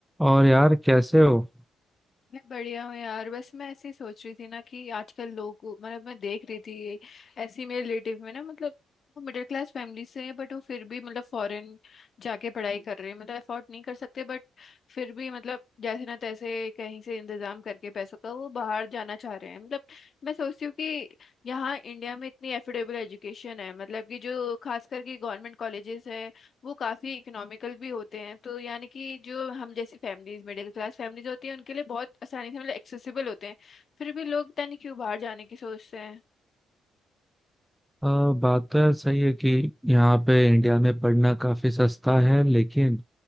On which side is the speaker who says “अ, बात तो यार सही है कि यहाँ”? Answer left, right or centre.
Centre